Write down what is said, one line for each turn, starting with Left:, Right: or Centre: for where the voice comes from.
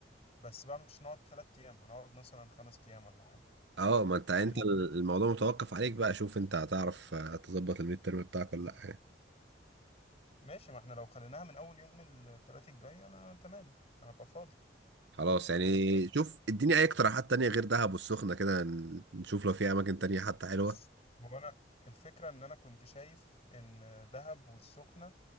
Left: بس بقى مش هنقعد تلات أيام هنقعد مثلا خمس أيام ولا حاجة
Right: اه ما انت انت
Left: يعني ممكن
Right: الموضوع متوقف عليك بقى شوف انت هتعرف آه، تظبط الميد ترم بتاعك ولا لا يعني.
Left: ماشي ما احنا لو خليناها من أول يوم التلات الجاي أنا تمام هبقى فاضي
Right: خلاص يعني
Left: أنا بتكلم
Right: شوف اديني اي اقتراحات تانية غير دهب والسخنة كده ن- نشوف لو في اماكن تانية حتى حلوة
Left: بس هو أنا الفكرة إن أنا كنت شايف إن دهب والسخنة